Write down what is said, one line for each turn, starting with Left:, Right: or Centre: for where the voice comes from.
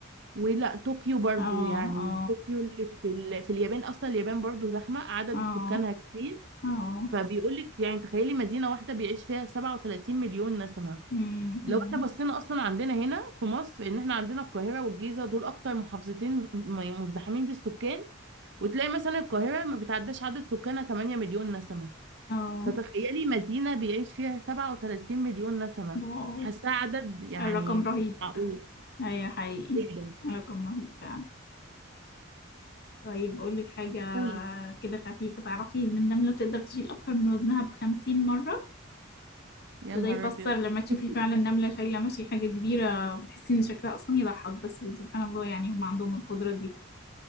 Right: ولا طوكيو برضو
Left: اه
Right: يعني
Left: اه
Right: طوكيو اللي في ال... في اليابان اصلا اليابان برضو زحمة عدد
Left: اه
Right: سكانها كتير
Left: اه
Right: فبيقول لك يعني تخيلي مدينة واحدة بيعيش فيها 37 مليون نسمة
Left: أمم،
Right: لو
Left: أمم،
Right: احنا بصينا اصلا عندنا هنا في مصر ان احنا عندنا القاهرة والجيزة دول اكتر محافظتين م- مزدحمين بالسكان وتلاقي مثلا القاهرة ما بتعداش عدد سكانها 8 مليون نسمة
Left: اه
Right: فتخيلي مدينة بيعيش فيها 37 مليون نسمة
Left: واو
Right: حاساه عدد يعني
Left: الرقم رهيب
Right: معقول
Left: ايوه حقيقي
Right: جدا
Left: الرقم رهيب فعلا طيب أقول لك حاجة
Right: قولي
Left: كده خفيفة تعرفي إن النملة تقدر تشيل أكتر من وزنها بخمسين مرة
Right: يا
Left: وده
Right: نهار
Left: يفسر
Right: ابيض
Left: لما تشوفي
Right: <laughs>
Left: فعلا نملة شايلة ماشي حاجة كبيرة بتحسي إن شكلها أصلا يضحك بس سبحان الله يعني هم عندهم القدرة دي